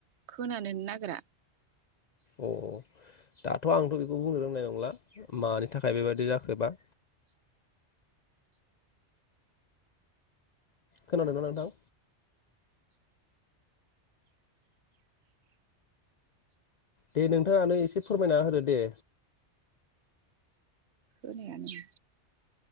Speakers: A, on the right; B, on the left.
A: खोनानो नो नागिरा।
B: अ दाथ' आंथ' बेखौ बुंनो रोंनाय नंला मानि थाखाय बेबायदि जाखोबा। खोनादों ना नोंथां? दे नोंथाङानो एसे फोरमायना होदो दे।
A: खोनायानो।